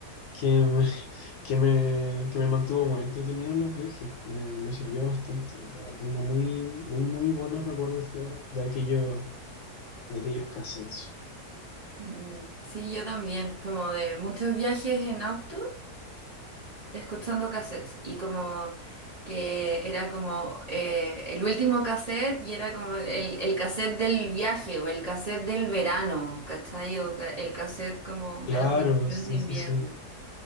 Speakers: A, on the left (about 60°); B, on the right (about 35°).
A: que me, <laughs> que me, que me mantuvo muy entretenido en los viajes, me, me sirvió bastante. O sea, tengo muy, muy, muy buenos recuerdos de, de aquellos, de aquellos cassettes.
B: Mm, Sí, yo también, como de muchos viajes en auto. escuchando cassettes y como que era como eh, el último cassette y era como el, el cassette del viaje o el cassette del verano, ¿cachai? O ca- el cassette como
A: Claro,
B: de las vacaciones
A: sí,
B: de invierno,
A: sí, sí.